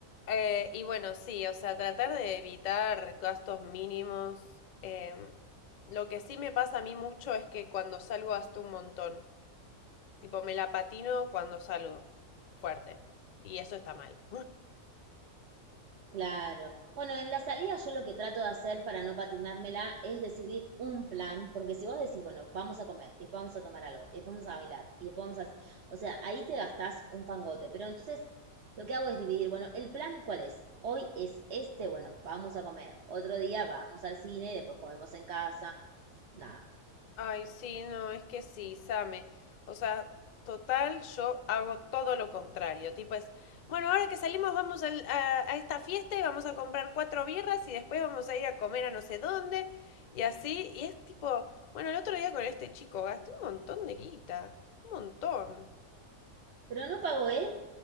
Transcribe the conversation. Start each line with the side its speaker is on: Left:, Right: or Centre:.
Left: Eh, y bueno, sí, o sea, tratar de evitar gastos mínimos. em, lo que sí me pasa a mí mucho es que cuando salgo gasto un montón. Tipo, me la patino cuando salgo fuerte. Y eso está mal.
Right: Claro. Bueno, en la salida yo lo que trato de hacer para no patinármela es decidir un plan, porque si vos decís, bueno, vamos a comer, y después vamos a tomar algo, y después vamos a bailar, y después vamos a... O sea, ahí te gastás un fangote, pero entonces lo que hago es dividir, bueno, el plan, ¿cuál es? Hoy es este, bueno, vamos a comer, otro día vamos al cine, después comemos en casa, nada.
Left: Ay, sí, no, es que sí, Same. O sea, total, yo hago todo lo contrario. Tipo es, bueno, ahora que salimos vamos al- a, a esta fiesta y vamos a comprar cuatro birras y después vamos a ir a comer a no sé dónde y así. Y es tipo, bueno, el otro día con este chico gasté un montón de guita, un montón.
Right: Pero no pago ¿eh?